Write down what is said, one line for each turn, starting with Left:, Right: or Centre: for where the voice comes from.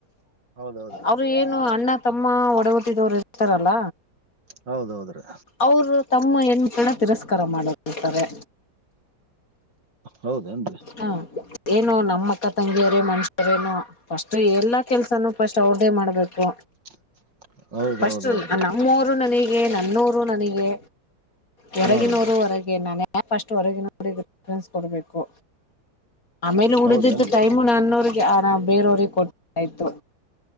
Right: ಹೌದೌದ್ರಿ
Left: ಅವರು ಏನು ಅಣ್ಣ ತಮ್ಮ ಒಡೆಗಟ್ಟಿದವರು ಇರ್ತಾರಲ್ಲ
Right: ಹೌದೌದ್ರೀ
Left: ಅವರು ತಮ್ಮ ಹೆಣ್ಮಕ್ಳನ್ನ ತಿರಸ್ಕಾರ ಮಾಡದಿರ್ತಾರೆ
Right: ಹೌದೇನ್ರಿ
Left: ಹಾ ಏನು ನಮ್ಮ ಅಕ್ಕ ತಂಗಿಯರೇ ಮನುಷ್ಯರೇನು ಸ್ಟ್ು ಎಲ್ಲಾ ಕೆಲ್ಸನೂ ಫಸ್ಟ್ ಅವ್ರ್ದೇ ಮಾಡ್ಬೇಕು
Right: <inaudible> ಹೌದೌದೌದ್ರಿ
Left: ಫಸ್ಟ್ ನಮ್ಮೋರು ನನಗ ನನ್ನೋರು ನನಗೆ ಹೊರಗಿನವರು
Right: ಹಾಂ
Left: ಹೊರಗೆ ನಾನೇ ಫಸ್ಟ್ ಹೊರಗಿನವ ಪ್ರೆಫರೆನ್ಸ್ ಕೊಡ್ಬೇಕು ಆಮೇಲೆ ಉಡ್ದಿದ್ದ
Right: ಹೌದೇನು
Left: ಟೈಮು ನನ್ನವ್ರಿಗೆ ಆ ಬೇರವ್ರಿಗೆ ಕೊಟ್ಟ ಆಯ್ತು